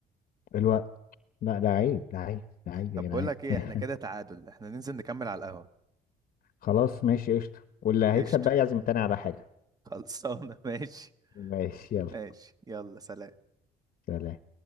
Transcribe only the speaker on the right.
طب
بقول لك ايه
احنا كده تعادل احنا ننزل نكمل على القهوة <laughs>
قشطة.
صالة ماشي
ماشي يلا سلام